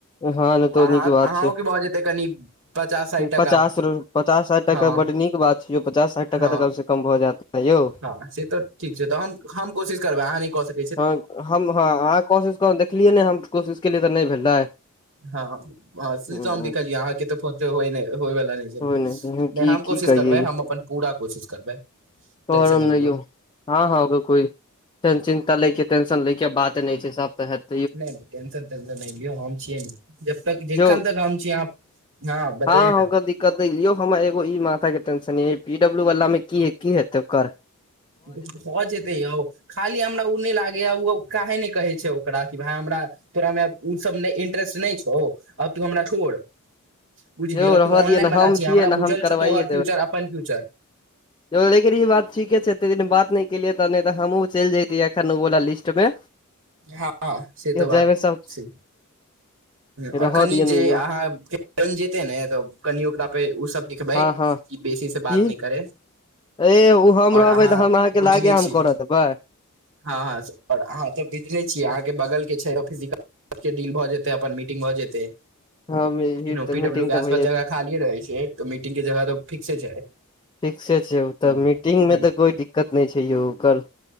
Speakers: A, on the left (about 20°); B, on the right (about 60°).
A: हँ नहि तो
B: अहाँ
A: नीक बात
B: अंहौके
A: छै
B: भ जेतै कनि पचास साठि टका।
A: पचास पचास साठि टाका
B: हँ
A: बड नीक बात छै यौ पचास साठ टाका
B: हँ
A: तक कम से कम भ जायत न यौ।
B: हँ से त। ठीक छै त हम हम कोशिश करबै अहाँ नै क स
A: हँ हम हँ अहाँ कोशिश कके देखलियै ने हम कोशिश केलियै त नहि भेलै
B: हँ हम <unintelligible> अहाँके
A: ह
B: तऽ फ होय बला नहि छै
A: हो नहि की
B: हम
A: की
B: कोशिश
A: कहियै
B: करबै हम अपन पूरा कोशिश करबै।
A: <unintelligible>
B: टेंशन नहि लियौ
A: टेंशन ले के बात नहि छै सब सहत।
B: नहि टेंशन तेशन नहि लियौ हम छियै नु जब तक जखन
A: यौ
B: तक हम छी। बतैयौ
A: हँ होगा
B: ने
A: दी। क देलीयौ हमर एगो ई माथा कऽ टेंशन य पी डब्ल्यू वला मे की है की है तो कर।
B: भऽ जेतय आओ। खाली हमरा उ ने लागैए ओ काहे नहि कहै छै ओकरा कि भाय हमरा। तोरा मऽ अब उ सबमे इंट्रेस्ट नहि छौ आब तू हमरा छोड़। बुझलियै
A: यौ
B: और
A: रहऽ
B: तू ऑनलाइन
A: दियौ ने
B: बना
A: हम
B: छऽ
A: छियै
B: हमरा
A: ने
B: बुझल
A: हम करवाइए
B: छौ तोर फ्यूचर अपन फ्यूचर।
A: यी लेकिन ई बात ठिके छै एते दिन बात नहि केलियै तऽ नहि त हमहुँ चलि जैतियै एखनु वाला लिस्ट मे।
B: हँ से त बात
A: जेमे सब
B: छै और
A: रहऽ
B: कनि
A: दियौ
B: जे
A: ने यौ
B: अहाँ के। जन जेते नऽ तऽ कनि ओकरा पे ओ सब देखबै
A: हँ हँ
B: कि बेसी से बात
A: की
B: ने करे।
A: ए ओ हम
B: और
A: रहबै
B: अहाँ
A: तऽ हम अहाँके लागे
B: बुझले
A: हम
B: छी
A: करऽ देबै
B: हँ, हँ और अहाँ। तऽ बुझले छियै अहाँ के बगल के छै फिजिकल के डील भ जेते अपन मीटिंग भ जेते।
A: हँ
B: किनहु पी
A: मीटिंग
B: डब् लू के
A: तऽ
B: आसपास
A: भैये
B: जगह खाली रहे छै त मीटिंग के जगह त फिक्से छै।
A: फ़िक्से छै ओ
B: हम्म,
A: तऽ मीटिंग
B: हम्म,
A: में त कोई दिक्कत नहि छै यौ कर।